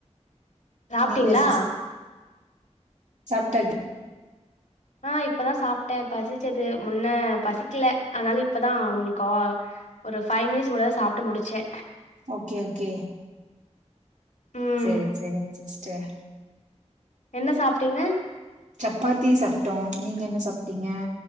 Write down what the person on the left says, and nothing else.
சாப்ட்டீங்களா
ஆ இப்பதா சாப்ட்டே பசிச்சது முன்ன பசிக்ல அதனால இப்பதா உங்களுக்கு ஆ ஒரு ஃபைவ் மினிட்ஸ் முன்னதா சாப்ட்டு முடிச்சே
ம்
என்ன சாப்ட்டீங்க